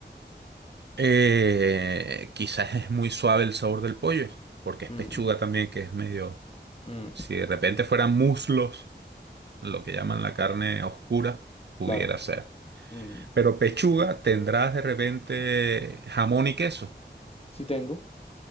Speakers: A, on the right; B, on the left.
A: Eh, quizás es muy suave el sabor del pollo, porque es
B: Mm,
A: pechuga también, que es medio...
B: mm,
A: Si de repente fueran muslos, lo que llaman la carne oscura, pudiera
B: Claro.
A: ser.
B: Mm,
A: Pero pechuga tendrás de repente jamón y queso.
B: sí tengo.